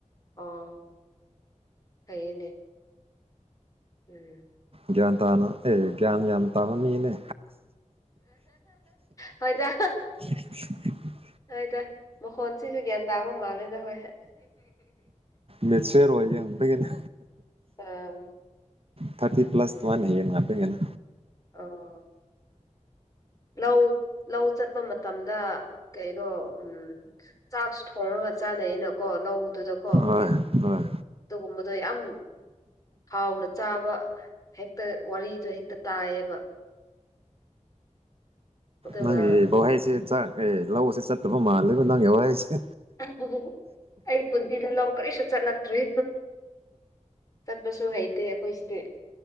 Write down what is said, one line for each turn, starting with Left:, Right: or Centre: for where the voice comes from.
Left: ꯑꯥ ꯍꯌꯦꯅꯦ ꯎꯝ
Right: ꯒ꯭ꯌꯥꯟ ꯇꯥꯅ ꯑꯦ ꯒꯌꯥꯟ ꯭ꯌꯥꯅ ꯇꯥꯅ ꯃꯤꯅꯦ
Left: ꯈꯔ
Right: <unintelligible>
Left: ꯑꯩꯗ ꯃꯈꯣꯟꯁꯤꯁꯨ ꯒ꯭ꯌꯥꯟ ꯇꯥꯕ ꯃꯥꯜꯂꯦꯗ ꯍꯣꯏ
Right: ꯃꯦꯠꯁꯁꯨ ꯑꯦ ꯔꯣꯏꯩ ꯀꯅ
Left: ꯑꯥ
Right: ꯊꯔꯇꯤ ꯄ꯭ꯂꯁ ꯃꯃꯅꯌꯦꯅꯅꯥ ꯄꯄꯤꯒꯅ
Left: ꯑ ꯂꯧ ꯂꯧ ꯆꯠꯄ ꯃꯇꯝꯗ ꯀꯩꯅꯣ ꯎꯝ ꯆꯥꯛꯁꯨ ꯊꯣꯡꯉꯒ ꯆꯥꯅꯩꯅꯀꯣ ꯂꯧꯗꯨꯗꯀꯣ
Right: ꯍꯣꯏ ꯍꯣꯏ
Left: ꯑꯗꯨꯒꯨꯝꯕꯗꯣ ꯌꯥꯝ ꯍꯥꯎꯅ ꯆꯥꯕ ꯍꯦꯛꯇ ꯋꯥꯔꯤꯗꯣ ꯍꯦꯛꯇ ꯇꯥꯏꯌꯦꯕ ꯑꯗꯨꯒ
Right: ꯅꯪꯒꯤ ꯕꯍꯩꯁꯦ ꯆꯥꯛ ꯑꯦ ꯂꯧꯁꯦ ꯆꯠꯇꯕ ꯃꯥꯜꯂꯦꯕ ꯅꯪꯒꯤ ꯋꯥꯍꯩꯁꯦ
Left: ꯍ ꯑꯩ ꯄꯨꯟꯁꯤꯗ ꯂꯧ ꯀꯔꯤꯁꯨ ꯆꯠꯂ ꯔꯤ ꯆꯠꯄꯁꯨ ꯍꯩꯇꯦ ꯑꯩꯈꯣꯏ ꯁꯤꯗꯤ